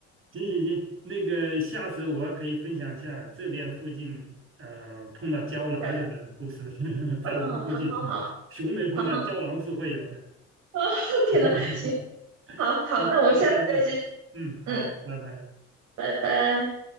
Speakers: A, on the right; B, on the right.
A: 行行行，那个下次我可以分享一下这边附近呃碰到胶囊的故事，
B: 对，
A: <laughs>
B: 嗯，
A: 在我们附近，
B: 好好好，
A: 熊没碰到，
B: 好好好，
A: 胶囊是会有的。
B: <laughs> 天呐，
A: <laughs>
B: 行，好好，
A: 行，
B: 那我们下次再继续，
A: 那先这样，嗯，好，
B: 嗯，
A: 拜拜。
B: 拜拜。